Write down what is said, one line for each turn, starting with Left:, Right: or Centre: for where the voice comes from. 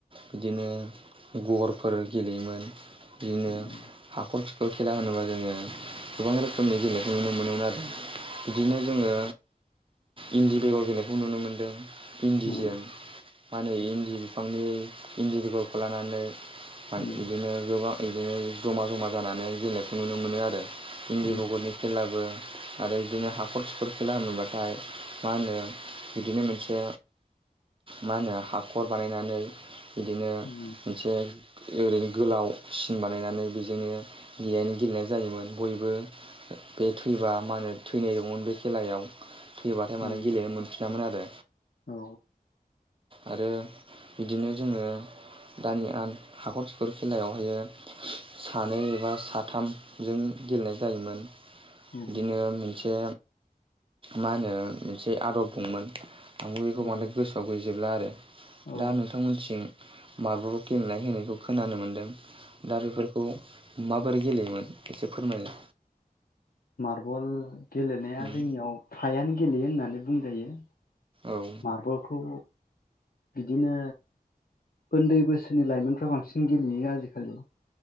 Right: बिदिनो गरफोर गेलेयोमोन बिदिनो
Left: उम
Right: हाखर खिखर खेला होनोबा जोङो गोबां रोखोमनि गेलेनायखौ नुनो मोनोमोन आरो बिदिनो जोङो इन्दि बेगर गेलेनायखौ नुनो मोनदों इन्दिजों
Left: उम
Right: माानो इन्दि बिफांनि इन्दि बेगरखौ लानानै म
Left: उम
Right: इदिनो गोबां इदिनो जमा जमा जानानै गेलेनायखौ नुनो मोनो आरो इन्दि
Left: उम
Right: बेगरनि खेलाबो आरो बिदिनो हाखर खिखर खेला होनोबाथाय मा होनो इदिनो मोनसे मा होनो हाखर बानायनानै इदिनो
Left: उम
Right: मोनसे ओरैनो गोलाव सिन बानायनानै बेजोंनो गेलनो गेलेनाय जायोमोन बयबो बे थैबा मा होनो थैनाय दंमोन बे खेलायाव थैबाथाय माने
Left: उम
Right: गेलेनो मोन यामोन आरो
Left: औ
Right: आरो इदिनो जोङो दानि आ हाखर खिखर खेलायावहायो सानै एबा साथामजों गेलेनाय जायोमोन
Left: उम
Right: बिदिनो मोनसे मा होनो मोनसे आदब दंमोन आंबो बेखौ
Left: औ
Right: बांद्राय गोसोआव गैजोबला आरो
Left: औ
Right: दा नोंथांमोनसिं मारबल गेलेनाय होनायखौ खोनानो मोनदों दा बेफोर बे खौ माबोरै गेलेयोमोन एसे फोरमायलाय
Left: मार्बल गेलेनाया
Right: उम
Left: जोंनियाव फ्रायानो गेलेयो होननानै बुंजायो
Right: औ
Left: मार्बलखौ बिदिनो उन्दै बोसोरनि लाइमोनफ्रा बांसिन गेलेयो आजिखालि